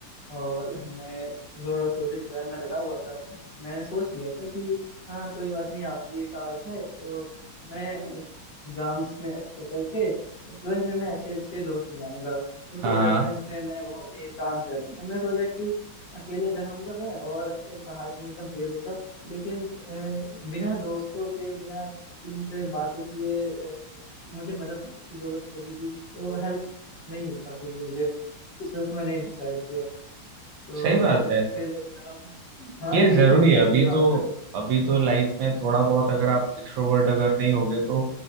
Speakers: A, on the left; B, on the right.
A: और मैं जोर और शोर से एग्जाम में लगा हुआ था मैंने सोच लिया था कि हाँ कोई बात नहीं आखिरी साल है तो मैं एग्जाम्स में अच्छा करके ट्वेल्थ में मैं अच्छे अच्छे दोस्त बनाऊंगा क्योंकि
B: हाँ
A: इलेवेंथ
B: हाँ
A: में मैं बहुत ही शांत रहता था मैं सोचा कि अकेले रहूंगा मैं और पढ़ाई में एकदम तेज होऊंगा लेकिन अ, बिना दोस्तों के बिना किसी से बातें किए अ, मुझे मदद की जरूरत होती थी तो हेल्प नहीं मिल पाती थी मुझे इस वजह से मैंने डिसाइड किया तो
B: सही बात है
A: फिर एग्जाम हाँ
B: ये
A: ये
B: जरूरी
A: तो बिल्कुल
B: है
A: सही
B: अभी
A: बात
B: तो
A: है
B: अभी तो लाइफ में थोड़ा बहुत अगर आप एक्सट्रोवर्ट अगर नहीं होगे तो